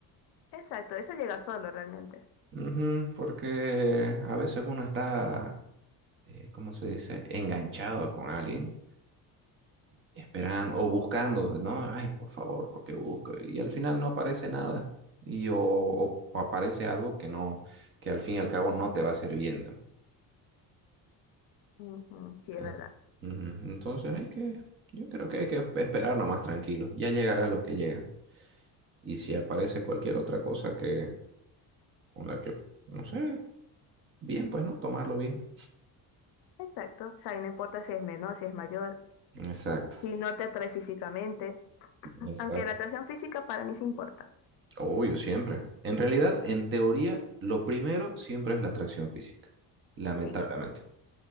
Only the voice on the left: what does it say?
Exacto, eso llega solo realmente.
Ujú, sí, es
verdad.
Exacto. O sea, y no importa si es menor, si es mayor,
si no te atrae físicamente.
Aunque la atracción física para mí sí importa.
Sí.